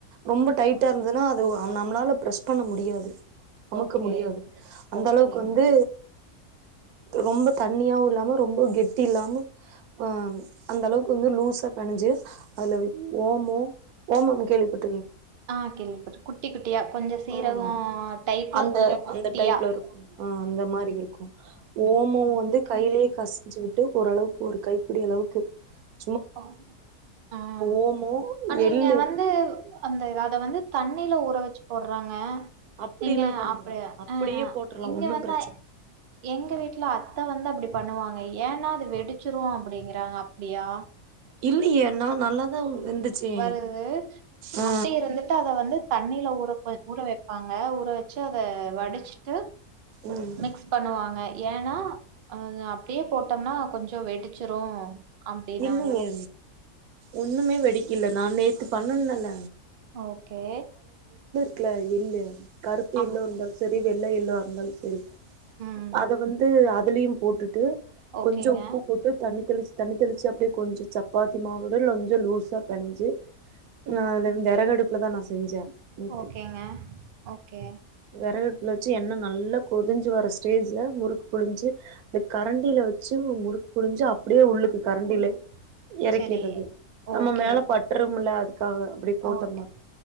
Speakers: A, on the right (about 75°); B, on the right (about 60°).
A: ரொம்ப டைட்டா இருந்ததுன்னா அது ஒரு நம்மளால பிரஸ் பண்ண முடியாது. அமுக்க
B: ஓகே,
A: முடியாது. அந்த
B: ஓகேங்க.
A: அளவுக்கு வந்து ரொம்ப தண்ணியாவும் இல்லாம ரொம்போ கெட்டி இல்லாம ஆஹ் ம் அந்த அளவுக்கு வந்து லூஸா பெணஞ்சி அதுல ஓமம், ஓமம் கேள்விப்பட்
B: ஆஹ் கேள்விப்பட்ருக்கே. குட்டி குட்டியா கொஞ்சம் சீரகம்
A: உஹம்
B: டைப்ல
A: அந்த
B: கொஞ்சம் குட்டியா
A: அந்த டைப்ல இருக்கும். ஆஹ் அந்த மாரி இருக்கும். ஓமம் வந்து கையிலேயே பெசஞ்சி விட்டு ஓரளவுக்கு ஒரு கைப்பிடி அளவுக்கு க்கு
B: ஆஹ்
A: ஓமோ
B: ஆனா
A: எள்ளு
B: இங்க வந்து அந்த அத வந்து தண் தண்ணியில ஊற வச்சு போட்றாங்க.
A: அப்டிலா
B: நீங்க
A: பண்ணக்கூடாது
B: அப்டி ஆ
A: அப்டியே
B: ஆ
A: போட்றலா
B: இங்க
A: ஒன்னும்
B: வந்து
A: பிரச்சன
B: எங்க வீட்ல அத்த வந்து அப்டி பண்ணுவாங்க. ஏன்னா அது வெடி வெடுச்சுருவோ அப்டிங்றாங்க. அப்டியா?
A: இல்லையே நா நல்லாதா வெந்துச்சே
B: வருது
A: ஆ
B: அத்த இருந்துட்டு அத வந்து தண்ணீல ஊறப் ஊற வெப்பாங்க. வெச்சு அத வடிச்சிட்டு
A: ம்
B: மிக்ஸ் பண்ணுவாங்க. ஏன்னா அத அப்டியே போட்டோம்னா கொஞ்சோ வெடிச்சுரு அப்டின்னா
A: இல்லையே, ஒண்ணுமே வெடிக்கல. நா நேத்து பண்ணுனல்ல.
B: ஓகே
A: குல எள்ளு கறுப்பு
B: அம்
A: எள்ளோ இருந்தாலும் செரி வெள் வெள்ள எள்ளா இருந்தாலு செரி.
B: ம்
A: அத வந்து அதுலயு போட்டுட்டு
B: ஓகேங்க
A: கொஞ்சோ உப்பு போட்டு தண்ணி தொளிச்சி தண்ணி தொளிச்சி அப்டியே கொஞ்சோ சப்பாத்தி மாவோட இல்ல கொஞ்சோ லூஸாப் பிணஞ்சு ம்
B: ஓ
A: துல விறகடுப்புல தா நா செஞ்சே நேத்து
B: ஓகேங்க ஓகே
A: விறகடுப்புல வெச்சு எண்ண நல்லா கொதுஞ்சு வர ஸ்டேஜ்ல முருக்கு புழுஞ்சு அத கரண்டில வெச்சு முருக் புழுஞ்சு அப்டியே உள்ளுக் கரண்டில
B: உள்ள
A: எறக்கிறது
B: செரி
A: நம்ம
B: ஓகே
A: மேல பட்டுறுமுல்லா அதுக்கு காக அப்டி போட்டோம்னா
B: ஓகே